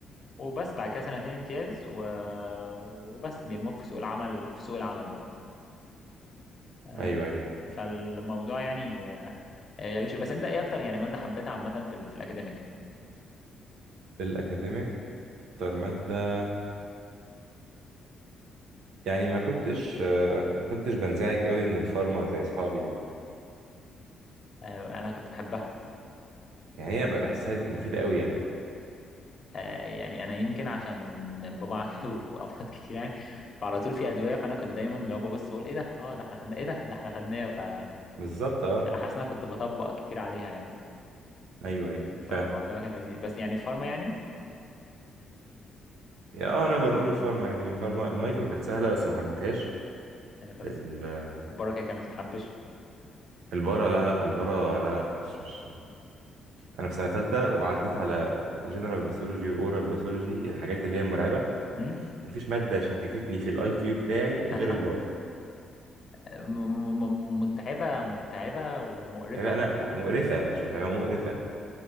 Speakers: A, on the left (about 40°); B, on the right (about 80°).
A: وبس بعد كده سنتين امتياز و... وبس بيرموك في سوق العمل في سوق العمل بقى آه،
B: ايوه ايوه
A: فالموضوع يعني آه، غريب شوية بس انت ايه اكتر يعني مادة حبيتها عامة في ال في الاكاديميك
B: في الاكاديميك اكتر مادة يعني ما كنتش آه، ما كنتش بنزعج قوي من الفارما زي اصحابي يعني
A: آه، انا كنت بحبها
B: يعني هي بقى بحسها دي مفيدة قوي يعني
A: آه، يعني انا يمكن عشان بابا <laughs> عنده امراض كتير يعني فعلى طول في ادوية فانا كنت دايما اللي هو ببص اقول ايه ده اه ده احنا خدناه ايه ده ده احنا خدناه فحاسس
B: بالظبط اه
A: ان انا كنت بطبق كتير عليها يعني
B: ايوه ايوه
A: فالموضوع
B: فعلا
A: كان لذيذ بس يعني فارما يعني
B: يا اه نقدر نقول الفارما يعني الفارما المايكرو كانت سهلة بس ما حبيتهاش
A: يعني خلص
B: ال-
A: البركة كانت بتتحبش
B: البارا لا لا البارا لا لا مش مش انا في سنة ثالثة وعديت على جنرال باثولوجي اورال باثولوجي الحاجات اللي هي مرعبة
A: مم؟
B: مفيش مادة شككتني في الاي كيو بتاعي
A: <laughs>
B: غير البارة
A: م- م- م- متعبة متعبة ومقرفة
B: يعني
A: وبتاع
B: انا مقرفة مش متعبة مقرفة